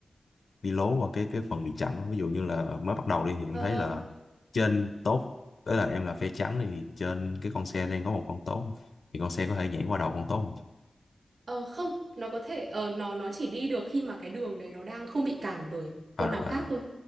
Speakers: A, on the left; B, on the right.
A: đi lố qua cái cái phần bị chặn đó. ví dụ như là mới bắt đầu đi thì em
B: Ờ,
A: thấy là trên tốt tức là em là phe trắng thì trên cái con xe đang có một con tốt thì con xe có thể nhảy qua đầu con tốt không
B: Ờ không, nó có thể ờ nó nó chỉ đi được khi mà cái đường đấy nó đang không bị cản bởi con
A: à rồi,
B: nào khác
A: à, rồi.
B: thôi.